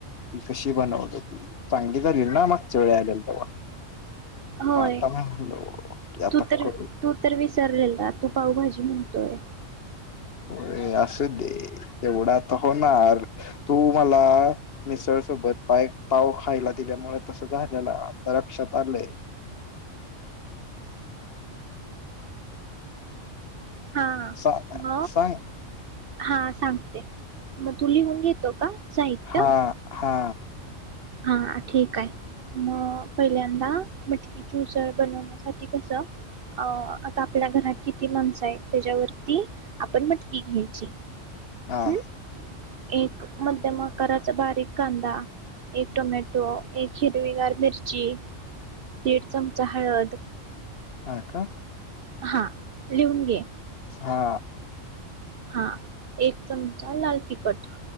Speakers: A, on the left; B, on the right.
A: मी कशी बनवलेली? चांगली झालेली ना मागच्या वेळी आलेलो तेव्हा.
B: होय
A: मग आता म्हणलो की आता
B: तू तर,
A: करू
B: तू तर वीस विसरलेला तू पाऊभाजी म्हणतोय.
A: होेय असू दे तेवढ आता होणार. तू मला मिसळ सोबत पाय पाव खायला दिल्यामुळे तस झालेला आता लक्षात आलंय.
B: हा
A: सांग
B: म
A: सांग
B: हा सांगते म तू लिहून घेतो का? साहित्य
A: हा हा
B: हा ठीक हाय. म पहिल्यांदा मटकीची उसळ बनवण्यासाठी कस अं आता आपल्या घरात किती माणसं आहेत त्याच्यावरती आपण मटकी घ्यायची.
A: हा.
B: हम्म एक मध्यम आकाराचा बारीक कांदा एक टोमॅटो, एक हिरवीगार मिरच ची दीड चमचा हळद
A: हा, का?
B: हा लिहून घे
A: हा
B: हा एक चम लाल तिखट